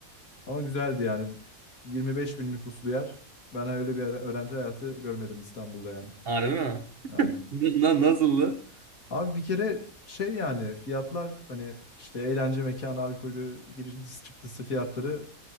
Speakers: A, on the left; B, on the right.
A: Ama güzeldi yani. 25 bin nüfuslu yer. Ben öyle bir ara- öğrenci hayatı görmedim İstanbul'da yani.
B: Harbi mi?
A: Aynen.
B: N- Na, nasıldı?
A: Abi bir kere şey yani fiyatlar hani işte eğlence mekanı, alkolü, girişi çıktısı fiyatları